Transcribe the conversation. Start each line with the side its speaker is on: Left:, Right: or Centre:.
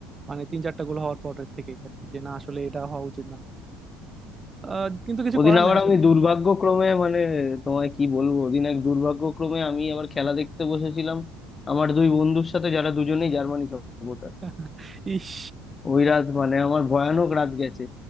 Right: মানে তিন চারটা গোল হওয়ার পরের থেকেই আর কি যে না আসলে এটা হওয়া উচিত না আহ, কিন্তু কিছু
Left: ওদিন
Right: করার
Left: আবার
Right: নাই আসলে
Left: আমি দুর্ভাগ্যক্রমে মানে তোমায় কি বলবো ওদিন এক দুর্ভাগ্যক্রমে আমি আবার খেলা দেখতে বসেছিলাম আমার দুই বন্ধুর সাথে যারা দুজনেই জার্মানি সাপোর্টার
Right: <laughs> ইস
Left: ওই রাত মানে আমার ভয়ানক রাত গেছে